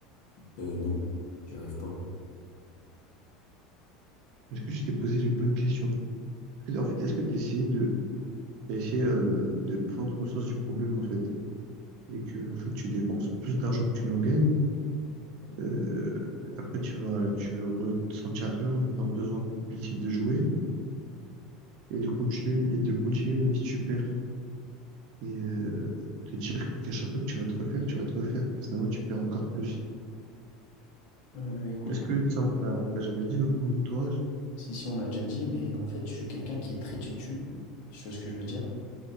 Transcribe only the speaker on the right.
Est-ce que tu t'es posé les bonnes questions? Est-ce que- En fait, est-ce que tu essayé de t'as essayé euh, de prendre conscience du problème en fait et que en fait tu dépenses plus d'argent que tu n'en gagnes? Euh, après, tu vas tu ressentiras toujours en fait un besoin compulsif de jouer. et de continuer, et de continuer même si tu perds. Et euh, te dire qu'à chaque fois que tu vas te refaire, tu vas te refaire, et finalement tu perds encore plus.
Est-ce que ça, on te l'a on te l'a jamais dit dans ton entourage?